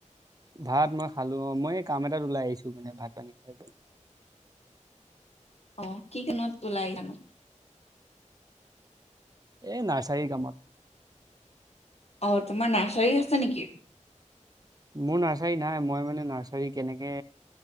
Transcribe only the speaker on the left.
অ কি কামত ওলাই আহিলা নো
অ তোমাৰ নাৰ্চাৰী আছে নেকি